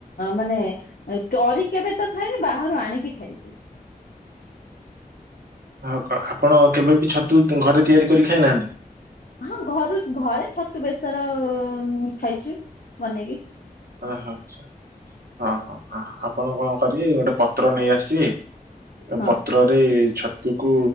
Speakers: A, on the left; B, on the right.
A: ମାନେ କରି କେବେ ତ ଖାଇନି ବାହାରୁ ଆଣିକି ଖାଇଛି।
B: ଆଉ କ ଆପଣ କେବେ ବିି ଛତୁ ଘରେ ତିଆରି କରିକି ଖାଇନାହାନ୍ତି?
A: ହଁ ଘରୁ ଘରେ ଛତୁ ବେସର-ଅ-ଅ ଖାଇଛି ବନେଇକି।
B: ଓହୋ ଆଛା ହଁ ହଁ ଆପଣ କଣ କରିବେ ଗୋଟେ ପ ତ୍ର ନେଇ ଆସିବି।
A: ହଁ
B: ପତ୍ର ଏ ଛତୁକୁ